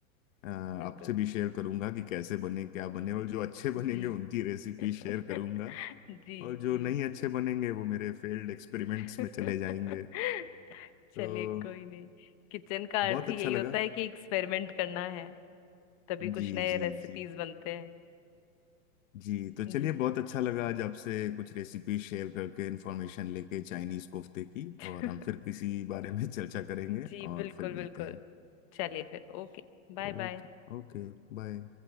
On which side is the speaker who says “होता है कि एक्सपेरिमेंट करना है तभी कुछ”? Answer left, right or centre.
Left